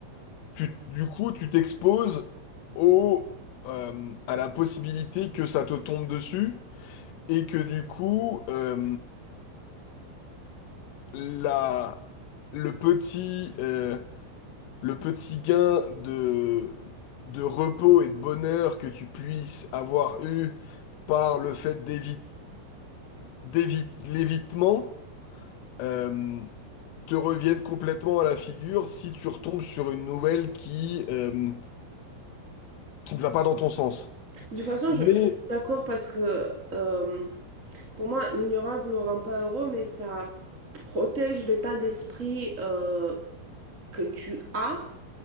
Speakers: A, on the left (about 85°); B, on the right (about 20°).
A: tu, du coup, tu t'exposes au, euh, à la possibilité que ça te tombe dessus et que du coup, euh, la, le petit, euh, le petit gain de, de repos et de bonheur que tu puisses avoir eu par le fait d'évi- d'évi- l'évitement euh, te reviennent complètement à la figure si tu retombes sur une nouvelle qui, euh, qui ne va pas dans ton sens.
B: De toute façon,
A: Mais
B: je, je suis d'accord parce que euh, pour moi, l'ignorance ne rend pas heureux, mais ça protège l'état d'esprit euh, que tu as,